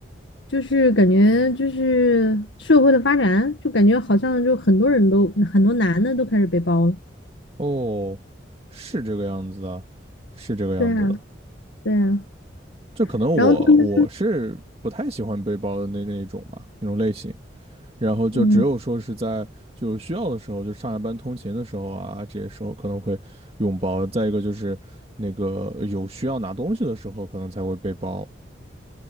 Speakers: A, on the left; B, on the right.
A: 就是感觉就是社会的发展，就感觉好像就很多人都很多男的都开始背包了。
B: 哦，是这个样子的，是这个样子的。
A: 对啊，对啊。
B: 就可能我我是不太喜欢背包的那那一种吧，
A: 然后他们，
B: 那种类型。然后就只有说是在就是需要的时候，
A: 嗯。
B: 就上下班通勤的时候啊，这些时候可能会用包。再一个就是那个有需要拿东西的时候，可能才会背包。